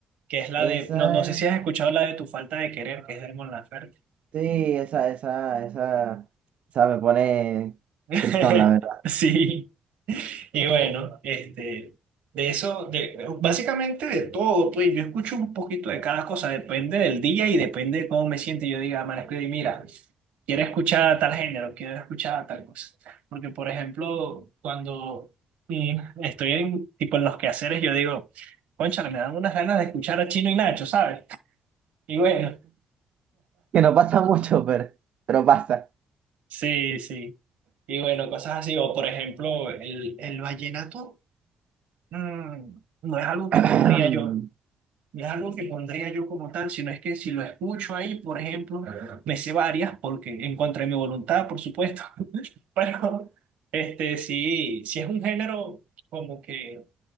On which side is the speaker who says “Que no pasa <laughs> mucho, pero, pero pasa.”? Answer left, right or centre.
Right